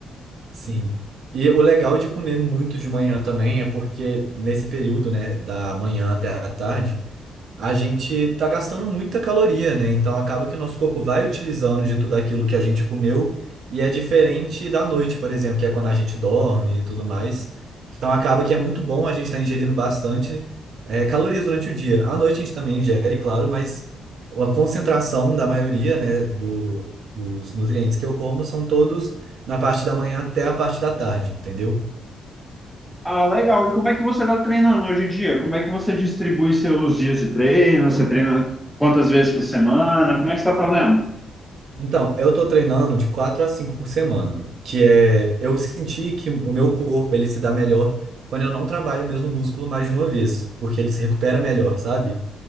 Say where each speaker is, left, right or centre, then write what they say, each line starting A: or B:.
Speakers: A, on the right; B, in the centre.
A: Sim. E o legal de comer muito de manhã também é porque nesse período, né, da manhã até a tarde, a gente tá gastando muita caloria, né? Então acaba que o nosso corpo vai utilizando de tudo aquilo que a gente comeu e é diferente da noite, por exemplo, que é quando a gente dorme e tudo mais. Então acaba que é muito bom a gente estar ingerindo bastante eh, calorias durante o dia. À noite a gente também ingere, claro, mas a concentração da maioria, né, do, dos nutrientes que eu como são todos na parte da manhã até a parte da tarde, entendeu?
B: Ah, legal. E como é que você está treinando hoje em dia? Como é que você distribui seus dias de treino? Você treina quantas vezes por semana? Como é que você está fazendo?
A: Então, eu tô treinando de 4 a 5 por semana, que é eu senti que o meu corpo ele se dá melhor quando eu não trabalho o mesmo músculo mais de uma vez, porque ele se recupera melhor, sabe?